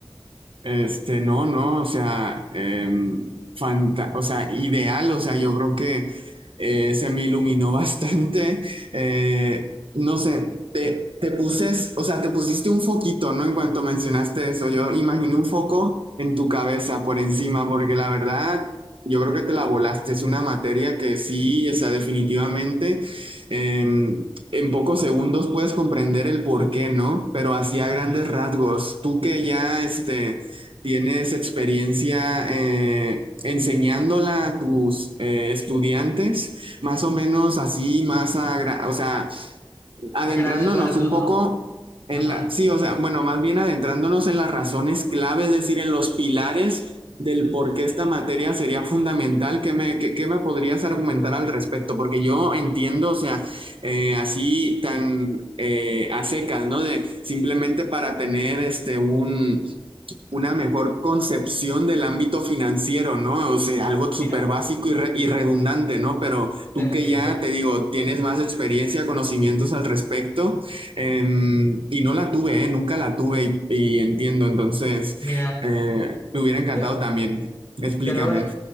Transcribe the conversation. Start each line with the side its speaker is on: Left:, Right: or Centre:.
Right: Este, no, no, o sea, em, fanta- o sea, ideal, o sea, yo creo que eh, se me iluminó <laughs> bastante. eh, no sé, te, te puses, o sea, te pusiste un foquito, ¿no? En cuanto mencionaste eso, yo imaginé un foco en tu cabeza por encima, porque la verdad, yo creo que te la volaste. Es una materia que sí, o sea, definitivamente. em, en pocos segundos puedes comprender el por qué, ¿no? Pero así a
Left: Ujú.
Right: grandes rasgos, tú que ya este, ¿Tienes experiencia eh, enseñándola a tus eh, estudiantes? Más o menos así, más a, gra- o sea, adentrándonos
Left: A grandes rasgos,
Right: un poco
Left: ¿no?
Right: en
Left: Ajá.
Right: la, sí, o sea, bueno, más bien adentrándonos en las razones clave, es decir, en los pilares del por qué esta materia sería fundamental, ¿qué me, qué- qué me podrías argumentar al respecto? Porque yo entiendo, o sea, eh, así tan eh, a secas, ¿no? De simplemente para tener este un una mejor concepción del ámbito financiero, ¿no? O sea, algo
Left: Mira,
Right: súper básico y, re- y redundante, ¿no? Pero Tú
Left: te entiendo.
Right: que ya, te digo, tienes más experiencia, conocimientos al respecto, eh, y no la tuve, eh, nunca la tuve y, y entiendo, entonces
Left: Mira,
Right: eh, me hubiera encantado
Left: te,
Right: también. Explícame.
Left: te lo voy, a-